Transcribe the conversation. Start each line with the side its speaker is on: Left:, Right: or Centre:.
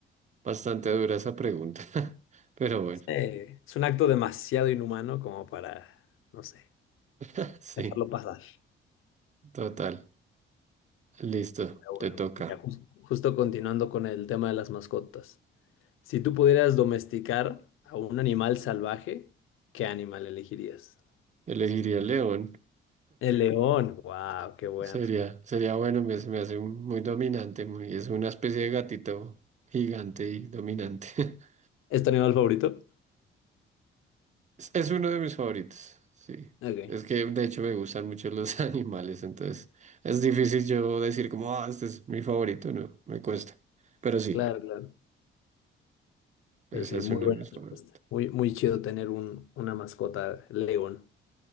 Right: bastante dura esa pregunta. <laughs> Pero bueno,
Left: Sí, es un acto demasiado inhumano como para, no sé,
Right: <laughs> sí,
Left: dejarlo pasar.
Right: total. Listo,
Left: Pero
Right: te
Left: Bueno,
Right: toca.
Left: ya jus- justo continuando con el tema de las mascotas. Si tú pudieras domesticar a un animal salvaje, ¿qué animal elegirías?
Right: Elegiría el león.
Left: El león. Wow, qué buena
Right: Sería,
Left: respuesta.
Right: sería bueno, me, se me hace un- muy dominante, muy, es una especie de gatito gigante y dominante. <laughs>
Left: ¿Es tu animal favorito?
Right: Es, es uno de mis favoritos, sí.
Left: Ok,
Right: Es que de hecho me gustan mucho los <laughs> animales, entonces es difícil yo decir como, ah, este es mi favorito, no, me cuesta. Pero sí,
Left: claro, claro.
Right: ese
Left: Pero sí,
Right: es
Left: muy
Right: uno
Left: buena
Right: de mis favoritos.
Left: respuesta. Muy, muy chido tener un, una mascota león.